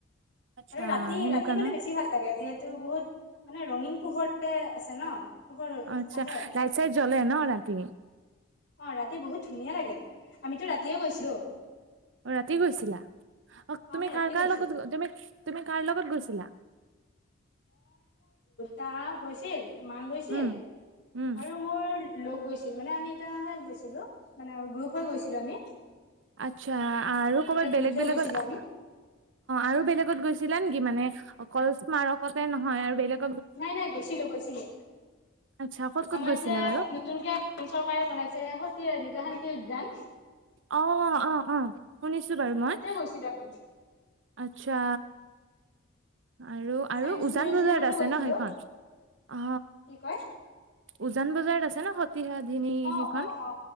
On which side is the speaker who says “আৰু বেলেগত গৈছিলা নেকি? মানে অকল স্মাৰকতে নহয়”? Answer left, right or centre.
Right